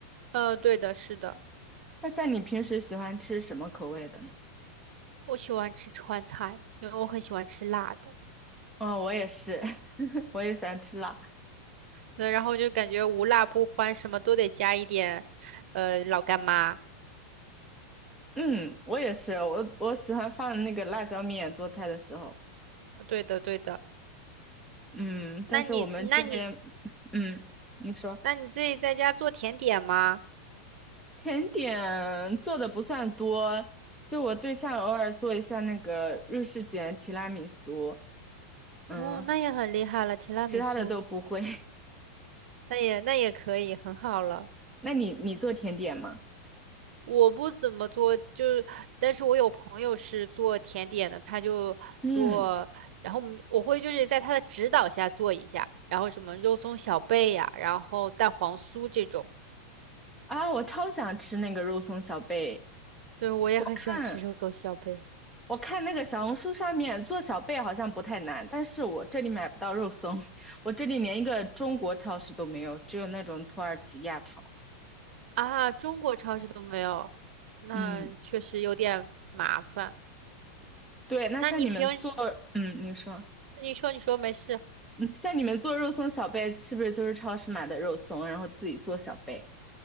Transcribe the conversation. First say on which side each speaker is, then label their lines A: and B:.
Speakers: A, on the right; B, in the centre.
A: 呃，对的，是的，
B: 那像你平时喜欢吃什么口味的呢？
A: 我喜欢吃川菜，因为我很喜欢吃辣的。
B: 哦，我也是，<laughs> 我也喜欢吃辣。
A: 那然后就感觉无辣不欢，什么都得加一点，呃，老干妈。
B: 嗯，我也是，我我喜欢放那个辣椒面做菜的时候。
A: 对的，对的。
B: 嗯，但是我们这边，
A: 那你，那你，
B: 嗯，你说
A: 那你自己在家做甜点吗？
B: 甜点做的不算多，就我对象偶尔做一下那个瑞士卷、提拉米苏，嗯，
A: 哦，那也很厉害了，提拉米苏，
B: 其他的都不会。<laughs>
A: 那也那也可以，很好了。
B: 那你你做甜点吗？
A: 我不怎么做，就是，但是我有朋友是做甜点的，他就做，
B: 嗯。
A: 然后我们我会就是在他的指导下做一下，然后什么肉松小贝呀、然后蛋黄酥这种。
B: 啊，我超想吃那个肉松小贝。
A: 对，我也很喜欢吃肉松小贝
B: 我看我看那个小红书上面做小贝好像不太难，但是我这里买不到肉松，<laughs> 我这里连一个中国超市都没有，只有那种土耳其亚超。
A: 啊，中国超市都没有，那确实有点麻烦。
B: 嗯，对，那像你们做，
A: 那你平时
B: 嗯，你说，
A: 你说你说没事。
B: 嗯，像你们做肉松小贝，是不是就是超市买的肉松，然后自己做小贝？